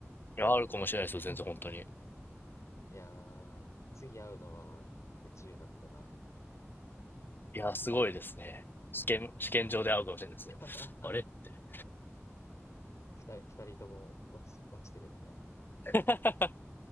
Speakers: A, on the left (about 40°); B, on the left (about 75°).
A: や、あるかもしれないですよ。
B: <laughs>
A: 全然本当に。
B: いやー、次会うのは宇宙だったら、
A: いや、すごいですね。試験、
B: うーん、
A: 試験場で会うかもしれないですね。
B: <laughs>
A: あれって。
B: 二人、二人とも落ち、落ちてるみたいな。
A: <laughs>